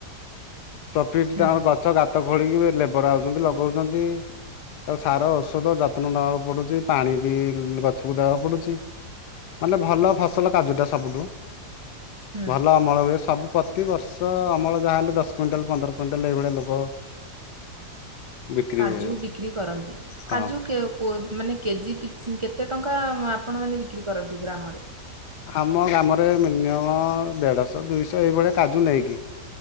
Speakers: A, on the left (about 80°); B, on the right (about 50°).
A: ପ୍ରଫିଟ୍
B: ହୁଁ
A: ତାଙ୍କର ପାଉ ଗଛ ଗାତ ଖୋଳିକି ଲେବର ଆଉଛନ୍ତି, ଲଗଉଛନ୍ତି। ତାକୁ ସାର ତଧ ଯତ୍ନ ନବାକୁ ପଡୁଛି। ପାଣି ବି ଗଛକୁ ଦେବାକୁ ପଡୁଛି। ମାନେ ଭଲ ଫସଲ କାଜୁଟା ସବୁଠୁ।
B: ହୁଁ
A: ଭଲ ଅମଳ ହୁଏ ସବୁ ପ୍ରତିିବର୍ଷ ଅମଳ ଯାହାହଲେ, ଦଶ କୁଇଣ୍ଟାଲ୍ ପନ୍ଦର କୁଇଣ୍ଟାଲ୍ ଏଇଭଳିଆ ଲୋକ ବିକ୍ରି
B: କାଜୁ
A: ହୁଏ
B: ବିକ୍ରି କରନ୍ତି।
A: ହଁ
B: କାଜୁ କି କେ କୋ ମାନେ କେଜି ପିଚ୍ କେତେ ଟଙ୍କା ଆପଣ ମାନେ ବିକ୍ରି କରନ୍ତି ଗ୍ରାମରେ?
A: ଆମ ଗ୍ରାମରେ ମିନିମମ୍ ଦେଢ଼ଶହ, ଦୁଇଶହ ଏଇଭଳିଆ କାଜୁ ନେଇକି।